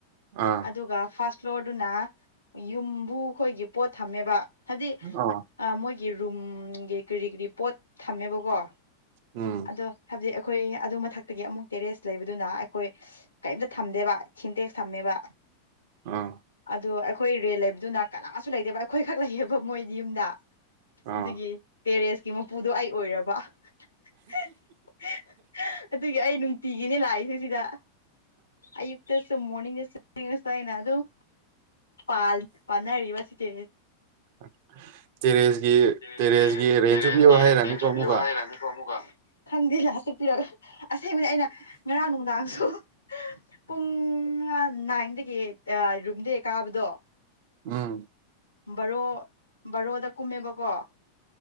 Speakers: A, on the right; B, on the left.
A: ꯑꯥ
B: ꯑꯗꯨꯒ ꯐꯥꯔꯁ ꯐ꯭ꯂꯣꯔꯗꯨꯅ ꯌꯨꯝꯕꯨ ꯈꯣꯏꯒꯤ ꯄꯣꯠ ꯊꯝꯃꯦꯕ ꯍꯥꯏꯗꯤ
A: ꯑꯥ
B: ꯑ ꯃꯣꯏꯒꯤ ꯔꯨꯝꯒꯤ ꯀꯔꯤ ꯀꯔꯤ ꯄꯣꯠ ꯊꯝꯃꯦꯕꯀꯣ
A: ꯎꯝ
B: ꯑꯗꯣ ꯍꯥꯏꯕꯗꯤ ꯑꯩ|| ꯑꯩꯈꯣꯏ ꯑꯗꯨ ꯃꯊꯛꯇꯒꯤ ꯑꯃꯨꯛ ꯇꯦꯔꯦꯁ ꯂꯩꯕꯗꯨꯅ ꯑꯩꯈꯣꯏ ꯀꯩꯝꯇ ꯊꯝꯗꯦꯕ ꯁꯤꯟꯇꯦꯛꯁ ꯊꯝꯃꯦꯕ
A: ꯑꯥ
B: ꯑꯗꯣ ꯑꯩꯈꯣꯏ ꯔꯦꯜ ꯂꯩꯕꯗꯨꯅ ꯀꯅꯥꯁꯨ ꯂꯩꯇꯦꯕ ꯑꯩꯈꯣꯏ ꯈꯛ ꯂꯩꯌꯦꯕ ꯃꯣꯏꯗꯤ ꯌꯨꯝꯗ
A: ꯑꯥ
B: ꯑꯗꯨꯒꯤ ꯇꯦꯔꯦꯁꯀꯤ ꯃꯄꯨꯗꯣ ꯑꯩ ꯑꯣꯏꯔꯕ <unintelligible> ꯑꯗꯨꯒꯤ ꯑꯩ ꯅꯨꯡꯇꯤꯒꯤꯅꯦ ꯂꯥꯛꯏꯁꯦ ꯁꯤꯗ ꯑꯌꯨꯛꯇꯁꯨ ꯃꯣꯔꯅꯤꯡꯗꯁꯨ ꯑꯁꯥꯏꯅ ꯑꯗꯨꯝ ꯄꯥꯜ ꯄꯥꯜꯅꯔꯤꯕ ꯁꯤꯗꯤ
A: <inaudible> ꯇꯦꯔꯦꯁꯀꯤ
B: ꯇꯦꯂꯦꯟꯒꯤ
A: ꯇꯦꯔꯦꯁꯀꯤ ꯔꯦꯟꯁꯨ
B: ꯇꯦꯔꯦꯟꯒꯤ
A: ꯄꯤꯌꯣ ꯍꯥꯏꯔꯅꯤꯀꯣ
B: ꯏꯟꯇꯔꯚꯤꯌꯨ
A: ꯑꯃꯨꯛꯀ
B: ꯍꯥꯏꯔ ꯅꯨꯀꯣ ꯑꯃꯨꯛꯀ ꯂꯥꯁ ꯄꯤꯔꯒ ꯑꯁꯦꯡꯕꯗꯤ ꯑꯩꯅ ꯉꯔꯥꯡ ꯅꯨꯡꯗꯥꯡꯁꯨ ꯄꯨꯡ ꯅꯥꯏꯟ ꯍꯥꯟꯗꯥꯛꯀꯤ ꯑ ꯔꯨꯝꯗꯒꯤ ꯔꯨꯝꯗꯒꯤ ꯀꯥꯕꯗꯣ
A: ꯎꯝ
B: ꯕꯔꯣ ꯕꯔꯣꯗ ꯀꯨꯝꯃꯦꯕꯀꯣ